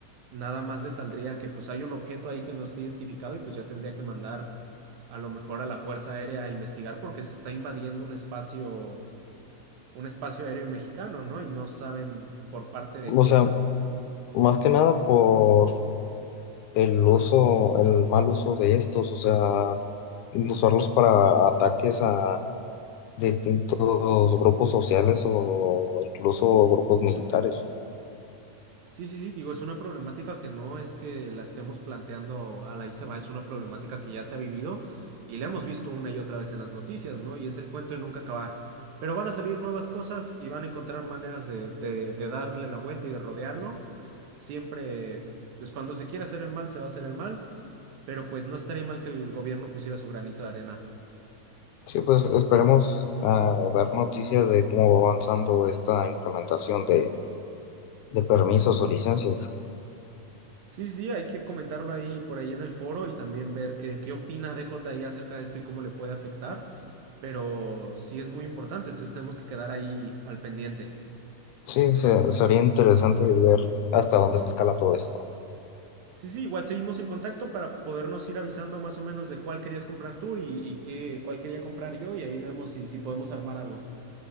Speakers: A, on the right (about 70°); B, on the left (about 80°).
A: nada más le saldría que pues hay un objeto ahí que no está identificado y pues ya tendría que mandar a lo mejor a la Fuerza Aérea a investigar porque se está invadiendo un espacio, un espacio aéreo mexicano, ¿no? Y no saben por parte de
B: O
A: quién.
B: sea, más que nada por el uso, el mal uso de estos, o sea, usarlos para ataques a distintos grupos sociales o incluso grupos militares.
A: Sí, sí, sí, digo, es una problemática que no es que la estemos planteando a la ahí se va, es una problemática que ya se ha vivido y la hemos visto una y otra vez en las noticias, ¿no? Y es el cuento de nunca acabar. Pero van a salir nuevas cosas y van a encontrar maneras de, de- de darle la vuelta y de rodearlo. Siempre, pues cuando se quiera hacer el mal, se va a hacer el mal, pero pues no estaría mal que el gobierno pusiera su granito de arena.
B: Sí, pues esperemos ah, ver noticias de cómo va avanzando esta implementación de, de permisos o licencias.
A: Sí, sí, hay que comentarlo ahí por ahí en el foro y también ver qué, qué opina DJI acerca de esto y cómo le puede afectar, pero sí es muy importante, entonces tenemos que quedar ahí al pendiente.
B: Sí, se- sería interesante ver hasta dónde escala todo esto.
A: Sí, sí, igual seguimos en contacto para podernos ir avisando más o menos de cuál querías comprar tú y, y qué, cuál quería comprar yo y ahí vemos si, si podemos armar algo.